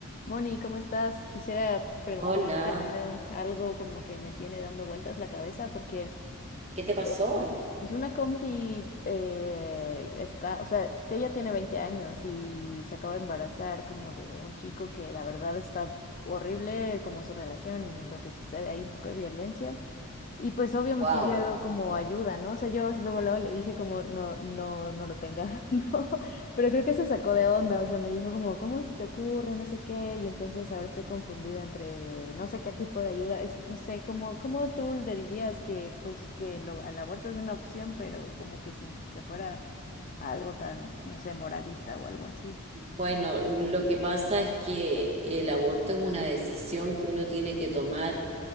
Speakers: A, on the left (about 35°); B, on the right (about 30°).
A: Moni, ¿cómo estás? Quisiera preguntarte
B: Hola,
A: eh, algo como que me tiene dando vueltas la cabeza porque
B: ¿qué te pasó?
A: eh, pues una compi eh, está, o sea, ella tiene 20 años y se acaba de embarazar como de un chico que la verdad está horrible como su relación y lo que sucede, hay un poco de violencia. Y pues obvio me
B: Wow.
A: pidió como ayuda, ¿no? O sea, yo luego, luego le dije como, no, no, no lo tengas, <laughs> ¿no? Pero creo que se sacó de onda, o sea, me dijo como, ¿cómo se te ocurre? No sé qué, y entonces ahora estoy confundida entre no sé qué tipo de ayuda, es- no sé, como, ¿cómo tú le dirías que, pues, que lo, al aborto es una opción, pero como que sin que fuera algo tan, no sé, moralista o algo así?
B: Bueno, lo que pasa es que el aborto es una decisión que uno tiene que tomar